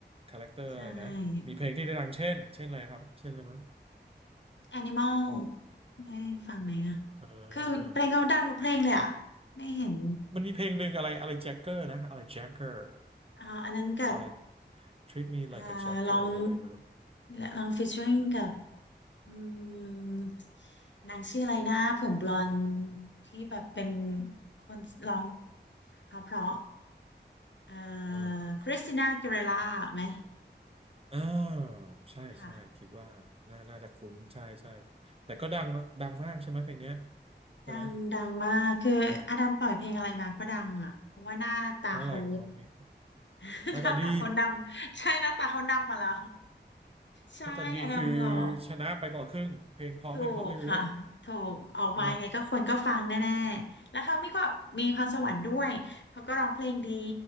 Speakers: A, on the right; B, on the left.
A: คาแรคเตอร์อะไรนะมีเพลงที่ได้ดังเช่นเช่นอะไรครับเช่นอะไรมั้ง
B: ใช่ Animal ได้ฟังไหมอ่ะ
A: เออ
B: คือเพลงเขาดังทุกเพลงเลยอ่ะไม่เห็น
A: มันมีเพลงหนึ่งอะไรอะไรแจ็คเกอร์นะอะไรแจ็คเกอร์
B: อ่าอันนั้นกับ
A: อะไร treat me
B: อ่า
A: like a jacker
B: ลอง
A: หรืออะไรไม่รู้
B: ลอง featuring กับ อืมนางชื่ออะไรนะผมบลอนด์ที่แบบเป็นคนร้องเพราะเพราะเอ่อ
A: เออ
B: คริสติน่าอากิเลร่าไหม
A: อ่าใช่ใช่คิดว่าน่าน่าจะคุ้นใช่ใช่
B: ค่ะ
A: แต่ก็ดังดังมากใช่ไหมเพลงเนี้ยใช่ไหม
B: ดังดังมากคืออดัมปล่อยเพลงอะไรมาก็ดังอ่ะเพราะว่าหน้าตาเขา
A: เพราะอะไรเขามี
B: <laughs>
A: หน้าตาดี
B: หน้าตาเขาดำใช่หน้าตาเขาดำมาแล้วใช่อดัมหล่อ
A: หน้าตาดีคือชนะไปกว่าครึ่งเพลงเพราะไม่เพราะไม่รู้
B: ถูกค่ะถูกออกมายังไงก็คนก็ฟังแน่ๆแล้วเขามีก็มีพรสวรรค์ด้วยเขาก็ร้องเพลงดี
A: เหรอ